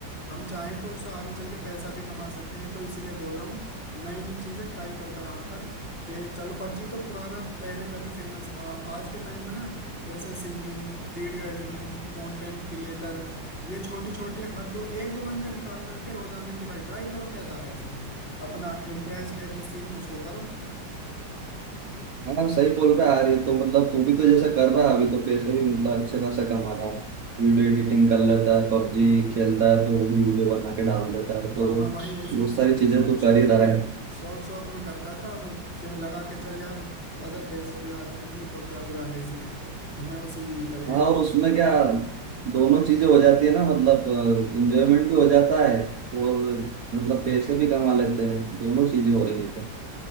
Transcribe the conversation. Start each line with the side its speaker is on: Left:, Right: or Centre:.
Left: हम चाहें तो उससे आगे चल के पैसा भी कमा सकते हैं तो इसलिए बोल रहा हूँ नई नई चीजें ट्राई करता रहा कर कि चलो पबजी तो पुराना पहले कभी फेमस था आज के टाइम में ना जैसे singing video editing content creator ये छोटी छोटी हर दो एक दो घंटे निकाल करके रोजाना की भाई ट्राई करो क्या जा रहा है उसमें अपना इंटरेस्ट है जिस चीज में उसको करो
Right: हाँ सही बोल रहा है यार ये तो मतलब तू भी तो जैसा कर रहा है अभी तो पैसे भी मतलब अच्छे खासा कमा रहा है वीडियो एडिटिंग कर लेता है पबजी खेलता है तो वो भी वीडियो बना के डाल देता है
Left: हाँ
Right: तो
Left: हाँ भाई ऐसी
Right: बहुत सारी चीजें
Left: शौक
Right: तू
Left: शौक
Right: कर ही रहा
Left: में
Right: है
Left: शौक शौक में करता था वो फिर लगा के चल यार अगर पैसे भी आ जाएंगे तो क्या बुरा है इसमें तो मैं उसी में निकल गया
Right: हाँ और
Left: फिर
Right: उसमें क्या दोनों चीजें हो जाती है ना मतलब इंजॉयमेंट भी हो जाता है और मतलब पैसे भी कमा लेते हैं दोनों चीजें हो रही हो तो